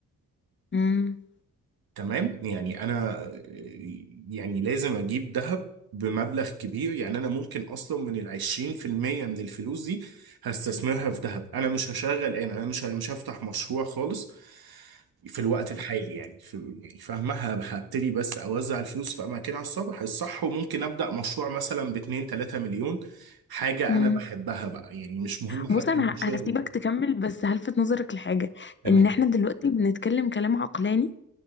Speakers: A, on the left; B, on the right.
A: امم
B: تمام يعني انا يعني لازم اجيب ذهب بمبلغ كبير يعني انا ممكن اصلا من ال 20% من الفلوس دي هستثمرها في ذهب انا مش هشغل يعني انا مش مش هفتح مشروع خالص في الوقت الحالي يعني في يعني فاهمة ه- هبتدي بس اوزع الفلوس في اماكنها الصح الصح وممكن ابدا مشروع مثلا ب 2 3 مليون حاجة
A: امم
B: انا بحبها بقى يعني مش مهم حتى
A: بص انا
B: المشروع
A: ه- هسيبك تكمل بس هلفت نظرك لحاجه
B: تمام
A: ان احنا دلوقتي بنتكلم كلام عقلاني